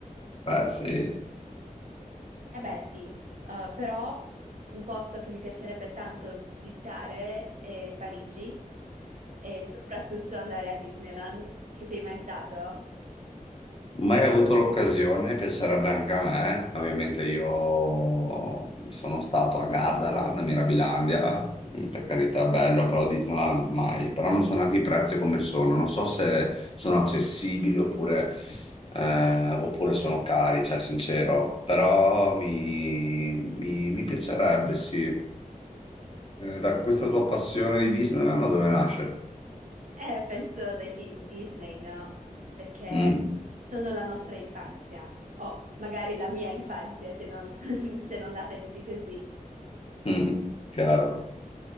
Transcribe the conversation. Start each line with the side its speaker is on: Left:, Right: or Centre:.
Left: Beh, sì.
Right: Eh beh, sì, eh, però un posto che mi piacerebbe tanto visitare è Parigi. E soprattutto andare a Disneyland. Ci sei mai stato?
Left: Mai avuto l'occasione, piacerebbe anche a me. Ovviamente io sono stato a Gardaland, a Mirabilandia, per carità, bello, però Disneyland mai. Però non so neanche i prezzi come sono, non so se sono accessibili oppure, eh, oppure sono cari, cioè sincero. Però mi, mi- mi piacerebbe, sì. Eh, da questa tua passione di Disneyland, da dove nasce?
Right: Eh, penso dai film Disney, no? Perché
Left: Mm.
Right: sono la nostra infanzia, o magari la mia infanzia, se non, <laughs> se non la pensi così.
Left: <laughs> Chiaro.